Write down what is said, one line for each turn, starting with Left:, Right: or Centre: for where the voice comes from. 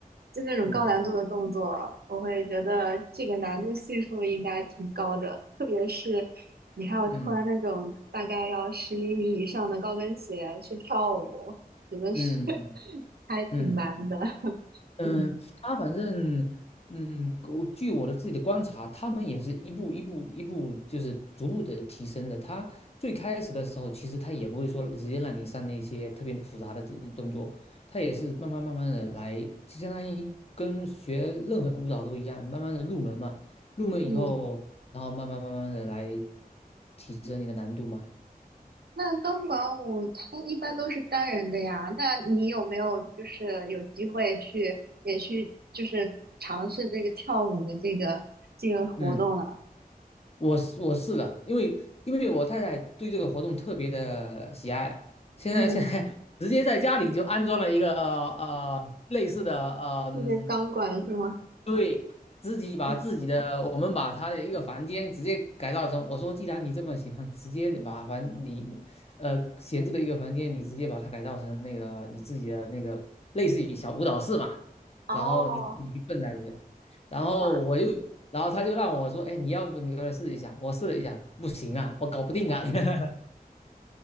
Right: 就那种高难度的动作，
Left: 嗯
Right: 我会觉得这个难度系数应该挺高的，特别是你还要穿那种大概要十厘米以上的高跟鞋去跳舞，
Left: 嗯
Right: 觉得是
Left: 嗯
Right: <laughs> 还挺难的，
Left: 嗯。嗯
Right: <laughs>
Left: 嗯，
Right: 嗯。
Left: 他反正，嗯，我据我的自己的观察，他们也是一步一步一步，就是逐步的提升的。他最开始的时候，其实他也不会说直接让你上那些特别的复杂的这动作，他也是慢慢慢慢的来，就相当于跟学任何舞蹈都一样，慢慢的入门嘛。入门以后，
Right: 嗯，
Left: 然后慢慢慢慢的来提升你的难度嘛。
Right: 那钢管舞它一般都是单人的呀，那你有没有就是有机会去也去就是尝试这个跳舞的这个这个活动呢？
Left: 嗯。我是我是了，因为因为我太太对这个活动特别的喜爱，现在现在
Right: 嗯，
Left: <laughs> 直接在家里就安装了一个呃类似的呃嗯
Right: 那个钢管是吗？
Left: 对，自己把自己的，
Right: 嗯，
Left: 我们把他的一个房间直接改造成，我说，既然你这么喜欢，直接把房你呃闲置的一个房间，你直接把它改造成那个你自己的那个类似于小舞蹈室嘛，
Right: 哦，
Left: 然后你自己去蹦在里面。然后我又，
Right: 哇，
Left: 然后他就让我说，哎，你要不你过来试一下，我试了一下，不行啊，我搞不定啊，<laughs>